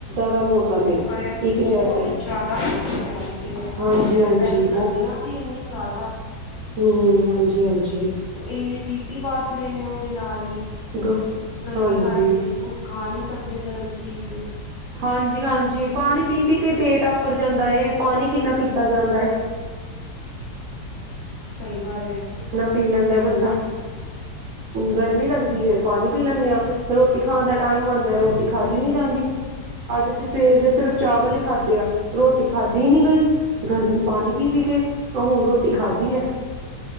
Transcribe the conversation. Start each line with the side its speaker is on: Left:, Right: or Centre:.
Right: ਦਾ ਮੌਸਮ ਏ
Left: ਪਰ ਇਹ
Right: ਇੱਕ
Left: ਬਹੁਤ
Right: ਜੈਸਾ ਹੀ
Left: ਜਾਦਾ <inaudible> ਪੈ ਰਹੀ ਹੈ।
Right: ਹਾਂਜੀ
Left: ਜਿਵੇਂ
Right: ਹਾਂਜੀ
Left: ਪਹਿਲੇ ਸਰਦੀਆਂ ਸੀ ਇੰਨੀ ਜਾਦਾ।
Right: ਹਉ ਹਾਂਜੀ-ਹਾਂਜੀ।
Left: ਇੰਨੇ ਬੀਪੀ ਵੱਧ ਰਹੇ ਨੇ ਉਹਦੇ ਨਾਲ ਹੀ
Right: ਗ
Left: ਗਰਮੀ
Right: ਹਾਂਜੀ
Left: ਕਰਕੇ ਕੁਛ ਖਾ ਨਹੀ ਸਕਦੇ ਗਰਮ ਚੀਜ਼।
Right: ਹਾਂਜੀ-ਹਾਂਜੀ ਪਾਣੀ ਪੀ-ਪੀ ਕੇ ਪੇਟ ਆਫ਼ਰ ਜਾਂਦਾ ਹੈ ਪਾਣੀ ਕਿੰਨਾ ਪੀਤਾ ਜਾਂਦਾ ਹੈ।
Left: ਸਹੀ ਗੱਲ ਹੇ।
Right: ਇਨਾ ਪੀ ਲੈਂਦਾ ਬੰਦਾ। ਗਰਮੀ ਲਗਦੀ ਹੈ ਪਾਣੀ ਪੀ ਲੈਨੇ ਹਾਂ ਰੋਟੀ ਖਾਣ ਦਾ ਟਾਈਮ ਆਂਦਾ ਰੋ ਟੀ ਖਾਦੀ
Left: ਹੂੰ-ਹੂੰ
Right: ਨੀ ਜਾਂਦੀ। ਅੱਜ ਅਸੀਂ ਸਵੇਰ ਦੇ ਸਿਰਫ ਚਾਵਲ ਹੀ ਖਾਧੇ ਆ ਰੋਟੀ ਖਾਧੀ ਨੀ ਗਈ। ਗਰਮੀ ਪਾਣੀ ਪੀ-ਪੀ ਕੇ ਬਸ ਹੁਣ ਰੋਟੀ ਖਾਧੀ ਹੈ।